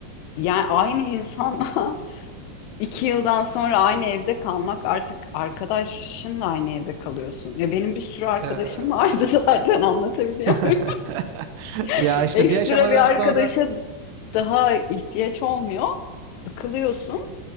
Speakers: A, on the left (about 85°); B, on the right (about 80°).
A: Yani aynı insanla <laughs> İki yıldan sonra aynı evde kalmak artık arkadaşınla aynı evde kalıyorsun. Ya benim bir sürü arkadaşım
B: Ya
A: vardı <laughs> zaten anlatabiliyor
B: <laughs>
A: muyum?
B: Ya
A: <laughs>
B: işte
A: Ekstra
B: bir aşamadan
A: bir
B: sonra
A: arkadaşa daha ihtiyaç olmuyor. Sıkılıyorsun